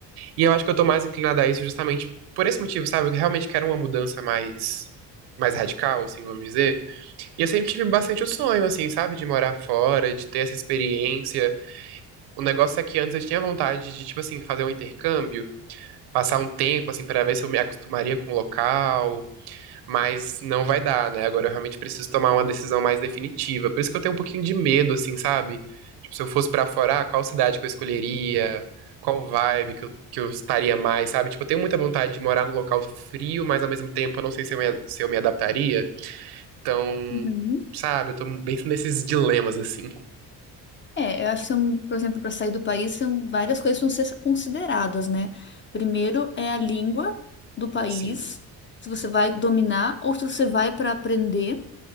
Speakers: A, on the right (about 80°); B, on the left (about 30°).
A: E eu acho que eu tô mais inclinada a isso justamente por esse motivo, sabe? Eu realmente quero uma mudança mais. Mais radical, assim, vamos dizer. E eu sempre tive bastante o sonho, assim, sabe? De morar fora, de ter essa experiência. O negócio é que antes eu tinha vontade de, tipo assim, fazer um intercâmbio passar um tempo, assim, para ver se eu me acostumaria com o local, mas não vai dar, né? Agora eu realmente preciso tomar uma decisão mais definitiva. Por isso que eu tenho um pouquinho de medo, assim, sabe? Tipo, se eu fosse pra fora, ah, qual cidade que eu escolheria? Qual vibe que eu, que eu estaria mais, sabe? Tipo, eu tenho muita vontade de morar num local frio, mas ao mesmo tempo eu não sei se eu me, se eu me adaptaria. Então,
B: uhum.
A: sabe, eu tô bem nesses dilemas, assim.
B: É, eu acho que são, por exemplo, para sair do país, são várias coisas que vão ser consideradas, né? Primeiro é a língua do país,
A: Sim.
B: se você vai dominar ou se você vai para aprender.